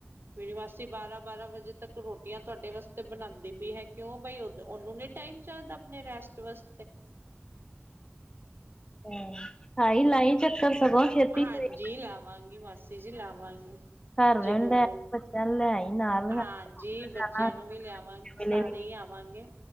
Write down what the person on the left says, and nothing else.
ਹੂੰ, ਆਈਂ ਲਾਈਂ ਚੱਕਰ ਸਗੋਂ ਛੇਤੀ
ਹੋਈ,
ਘਰ ਵਾਲਿਆਂ
ਨੂੰ ਲੈ ਆਈ, ਬੱਚਿਆਂ ਨੂੰ ਲੈ ਆਈ ਨਾਲ ਜਾਣਾ
ਮਿਲੇ ਵੀ ਨੀ।